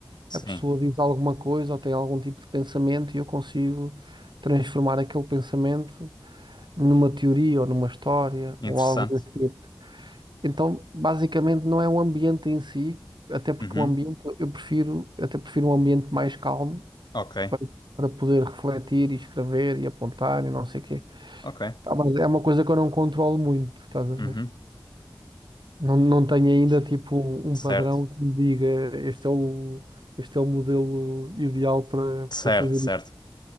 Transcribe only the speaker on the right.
a pessoa diz alguma coisa ou tem algum tipo de pensamento e eu consigo transformar aquele pensamento. numa teoria ou numa história
ou algo desse tipo. Então, basicamente, não é o ambiente em si, até porque
o ambiente, eu prefiro, até prefiro um ambiente mais calmo
para, para poder refletir e escrever e apontar e não sei o quê.
Tá, mas é uma coisa que eu não controlo muito, estás a ver?
Não, não tenho ainda tipo um,
um padrão que me diga este é o, este é o modelo ideal para, para
fazer
isso.